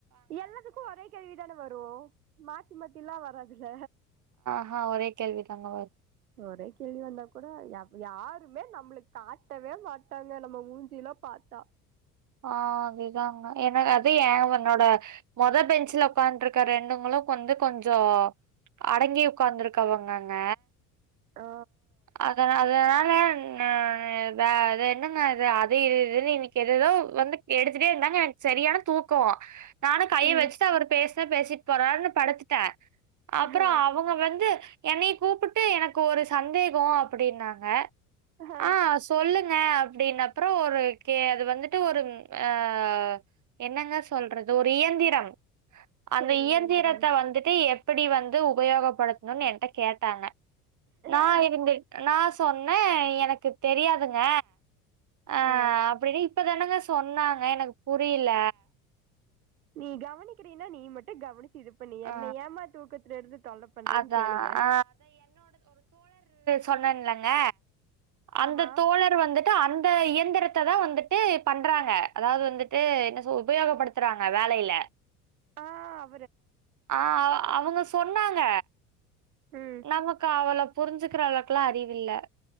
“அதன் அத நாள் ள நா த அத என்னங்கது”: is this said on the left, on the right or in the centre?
Right